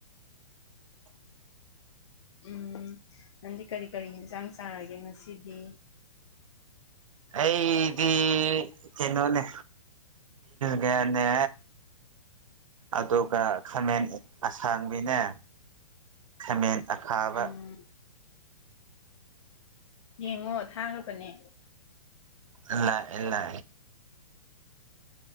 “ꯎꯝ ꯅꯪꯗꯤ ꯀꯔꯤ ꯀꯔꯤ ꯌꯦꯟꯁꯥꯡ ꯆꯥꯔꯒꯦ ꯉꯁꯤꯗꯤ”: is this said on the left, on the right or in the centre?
Left